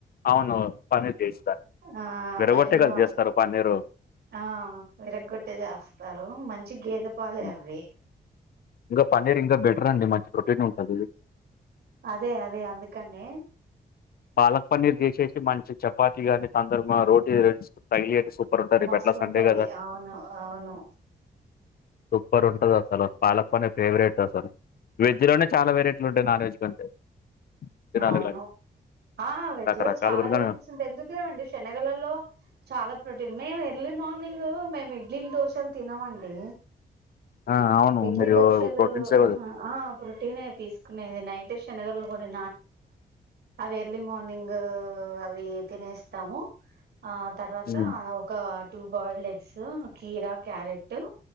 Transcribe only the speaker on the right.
ఆ
పగిలిన
వాటిలో
ఆ విరగగొట్టే చేస్తారు మంచి గేదెపాలే
అవి
అదే అదే అందుకనే
మస్తు
ఉంటది
అవును అవును
అవును
ఆ వెజ్
రోజు చాల
వెరైటీస్ ఉంటాయి ఎందుకు లేవండి శనగలలో చాల ప్రోటీన్ మే ఎర్లీ మార్నింగ్ మేము ఇడ్లీలు దోశలు తినమండి
ఇడ్లీ
దోశలు
ఆహా
ఆ ప్రొటీనే తీస్ కునేది నైట్ శషనగల్ కొన్ని అవి ఎర్లీ మార్నింగ్ అవి తినేస్తము ఆ తర్వాత
ఒక టూ బాయిల్డ్ ఎగ్స్ కీర క్యారెట్టు